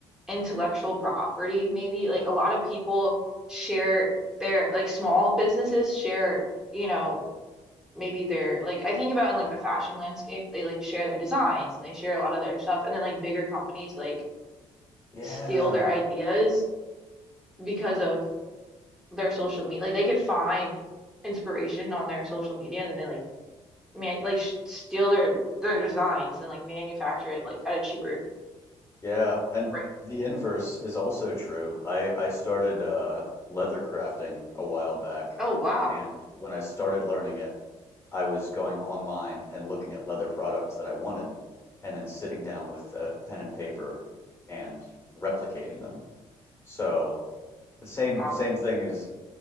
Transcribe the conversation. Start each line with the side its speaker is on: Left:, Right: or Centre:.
Centre: intellectual property, maybe. Like a lot of people share their like small businesses share you know maybe they're like I think about in like the fashion landscape, they like share their designs and they share a lot of their stuff, and then like bigger companies like
Left: Yeah.
Centre: steal their ideas because of their social media. Like they could find inspiration on their social media, and then they like man like sh steal their their designs and like manufacture it like at a cheaper
Left: Yeah, and
Centre: rate.
Left: the inverse is also true. I I started uh leather crafting a while back,
Centre: Oh wow,
Left: and when I started learning it, I was going online and looking at leather products that I wanted, and then sitting down with uh, pen and paper and replicating them. So the same
Centre: wow.
Left: same thing is